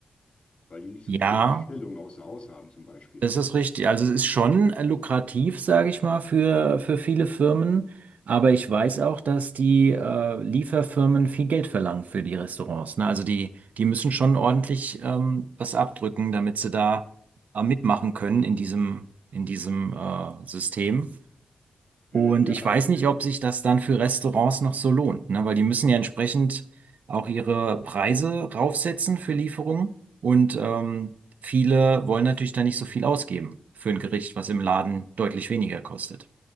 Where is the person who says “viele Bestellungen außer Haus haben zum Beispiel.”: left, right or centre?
Left